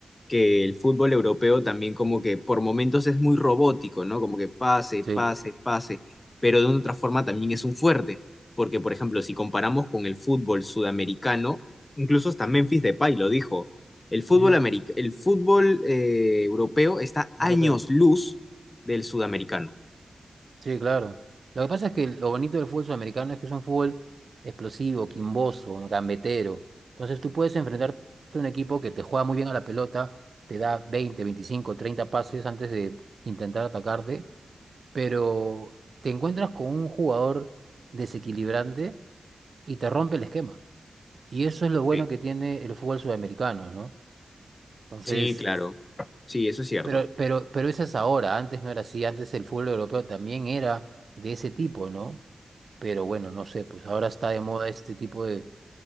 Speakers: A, on the left; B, on the right.
A: que el fútbol europeo también como que por momentos es muy robótico, ¿no? Como que pase,
B: Sí.
A: pase, pase, pero de una otra forma también es un fuerte, porque por ejemplo, si comparamos con el fútbol sudamericano, incluso hasta Memphis Depay lo dijo, el fútbol
B: Ujú.
A: americ- el fútbol eh, europeo está años
B: Europeo.
A: luz del sudamericano.
B: Sí, claro. Lo que pasa es que lo bonito del fútbol sudamericano es que es un fútbol explosivo, quimboso, gambetero. Entonces tú puedes enfrentarte a un equipo que te juega muy bien a la pelota, te da 20, 25, 30 pases antes de intentar atacarte, pero te encuentras con un jugador desequilibrante y te rompe el esquema. Y eso es lo bueno
A: Sí.
B: que tiene el fútbol sudamericano, ¿no? Entonces,
A: Sí, claro. Sí, eso es cierto.
B: pero, pero, pero eso es ahora, antes no era así, antes el fútbol europeo también era de ese tipo, ¿no? Pero bueno, no sé, pues ahora está de moda este tipo de